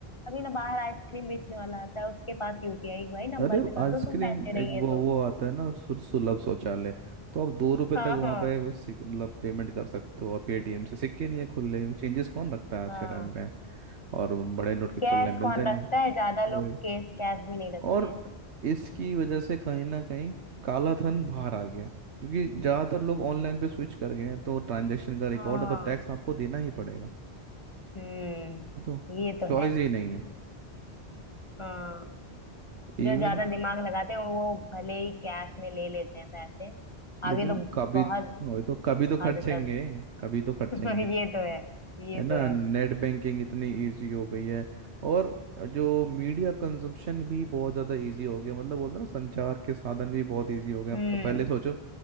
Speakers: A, on the left; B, on the right.
A: अभी ना बाहर आइसक्रीम बेचने वाला आता है उसके पास यूपीआई भाई नंबर
B: अरे
A: पे कर
B: आइसक्रीम
A: दो तुम पैसे
B: एक
A: नहीं है
B: वो
A: तो
B: वो आता है ना सु- सुलभ शौचालय तो आप दो रुपए
A: हाँ
B: तक वहाँ
A: हाँ
B: पे सिक- मतलब पेमेंट कर सकते हो और पेटीएम से सिक्के नहीं है खुले चेंजेस कौन रखता है आज
A: हाँ
B: के टाइम पे और बड़े नोट के खुले
A: कैश
B: मिलते
A: कौन
B: नहीं
A: रखता
B: हैं।
A: है ज्यादा
B: वही
A: लोग कैश कैश भी नहीं रखते
B: और
A: हैं
B: इसकी वजह से कहीं ना कहीं काला धन बाहर आ गया क्योंकि ज़्यादातर लोग ऑनलाइन पे स्विच कर गए हैं तो ट्रांजैक्शन का रिकॉर्ड
A: हाँ
B: है तो टैक्स आपको देना ही पड़ेगा
A: हम्म
B: ये तो
A: ये तो
B: चॉइस
A: है
B: ही नहीं है
A: हाँ जो
B: इवन
A: ज्यादा दिमाग लगाते हैं वो भले ही कैश में ले लेते हैं पैसे
B: लेकिन
A: आगे लोग
B: कभी
A: बहुत
B: वही तो कभी तो
A: हद
B: खर्चेंगे
A: तक
B: कभी तो खर्चेंगे
A: <laughs> ये तो है ये
B: है ना
A: तो है
B: नेट बैंकिंग इतनी इजी हो गई है और जो मीडिया कंजप्शन भी बहुत ज़्यादा इजी हो गया मतलब बोलते हैं ना संचार के साधन भी बहुत इजी हो गए आपका
A: हम्म
B: पहले सोचो